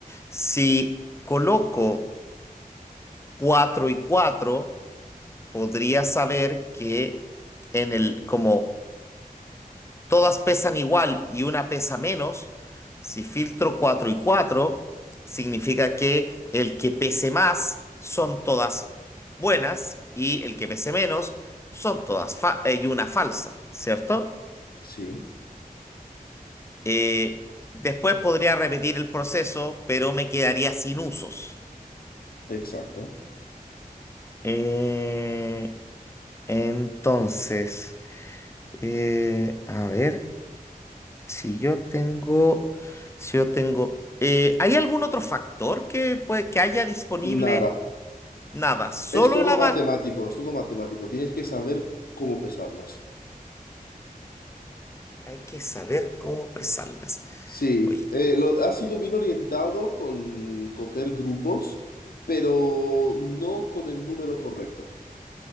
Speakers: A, on the left; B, on the left.
A: Si coloco 4 y 4 podría saber que en el, como todas pesan igual y una pesa menos, si filtro 4 y 4 significa que el que pese más son todas buenas y el que pese menos son todas fa- eh, y una falsa, ¿cierto?
B: Sí,
A: Eh, después podría repetir el proceso, pero me quedaría sin usos.
B: exacto.
A: Eh, entonces, eh, a ver. Si yo tengo, si yo tengo, eh, ¿hay algún otro factor que, puede, que haya disponible?
B: Nada.
A: Nada, solo
B: Es todo
A: la
B: matemático,
A: bala.
B: es todo matemático. Tienes que saber cómo pesarlas.
A: Hay que saber cómo pesarlas.
B: Sí,
A: Oye,
B: eh, lo, ha sido bien orientado con coger grupos, pero no con el número correcto.